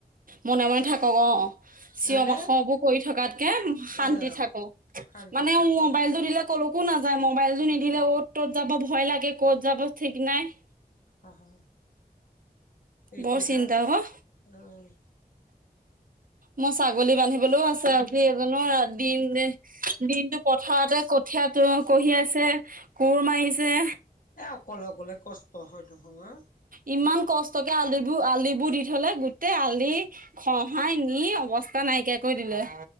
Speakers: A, on the right; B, on the left.
A: মনে মনে থাকক অৱ। চিঞৰ
B: হয়নে
A: বাখবোৰ কৰি থকাতকে শান্তি
B: অ'।
A: থাকক,
B: শান্তিত
A: মানে
B: থাকক
A: মোবাইলতটো দিলে কলৈকো নাযায় মোবাইল টো নিদিলে অতি ত'ত যাব ভয় লাগে ক'ত যাব ঠিক নাই।
B: <unintelligible> সেইটোহে
A: বৰ চিন্তা অ'।
B: অ'।
A: মোৰ ছাগলী বান্ধিবলৈওঁ আছে আজি এজনো দিন দিনটো পথাৰতে কঠিয়া কঢ়িয়াই আছে। কোৰ মাৰিছে।
B: এ অকলে অকলে কষ্ট তহৰ ধংসনত।
A: ইমান কষ্টকে আলিবোৰ আলিবোৰ দি থলে গোটেই আলি খহাই নি অৱস্থা নাইকিয়া কৰি দিলে।